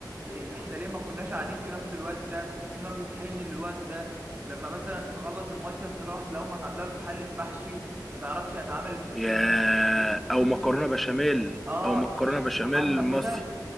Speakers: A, on the right; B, in the centre.
A: إيه إحنا ليه ما كناش قاعدين في نفس الوقت ده بيحس إن هو بيحن للوقت ده لما مثلا تخلص المصيف تروح تلاقي أمك عاملة لك حلة محشي ما تعرفش هي اتعملت منين
B: يا
A: تخش
B: او مكرونة
A: تت-
B: بشاميل
A: آه
B: او مكرونة
A: تخش تستحمى
B: بشاميل مصري
A: كده